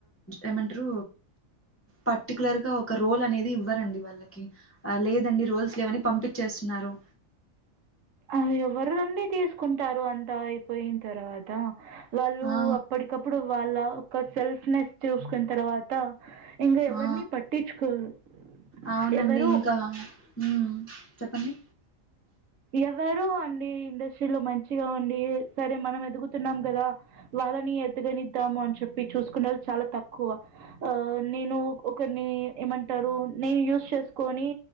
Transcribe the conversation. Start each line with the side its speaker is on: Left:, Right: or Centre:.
Left: ఏమంటారు పర్టిక్యులర్ గా ఒక రోల్ అనేది ఇవ్వరండి వాళ్ళకి లేదండి రోల్స్ లేవని పంపించేస్తున్నారు
Right: అ ఎవరు నండి తీసుకుంటారు అంతా అయిపోయిన తర్వాత వాళ్ళు
Left: ఆ
Right: అప్పటికప్పుడు వాళ్ళ ఒక సెల్ఫ్ నెస్ చూసుకున్న తర్వాత ఇంకా ఎవరిని
Left: ఆ
Right: పట్టించుకోరు
Left: అవునండి
Right: ఎవరు
Left: ఇంకా మ్మ్ చెప్పండి
Right: ఎవరు అండి ఇండస్ట్రీలో మంచిగా ఉండి సరే మనం ఎదుగుతున్నాం గదా వ వాళ్ళని ఎదగనిద్దాము అని చెప్పి చూసుకున్నారు చాలా తక్కువ నేను ఒకరిని ఏమంటారు నేను యూస్ చేసుకని